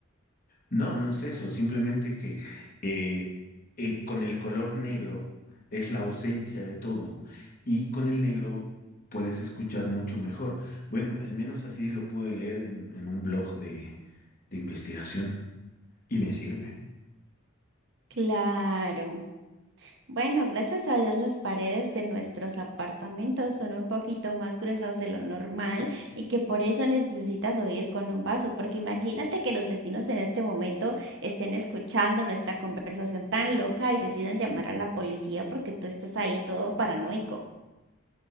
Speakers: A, on the left; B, on the right.
A: No, no es eso, simplemente que eh, eh, con el color negro es la ausencia de todo y con el negro puedes escuchar mucho mejor. Bueno, al menos así lo pude leer en, en un blog de, de investigación y me sirve.
B: Claro. Bueno, gracias a Dios las paredes de nuestros apartamentos son un poquito más gruesas de lo normal y que por eso necesitas oír con un vaso, porque imagínate que los vecinos en este momento estén escuchando nuestra conversación tan loca y decidan llamar a la policía porque tú estás ahí todo paranoico.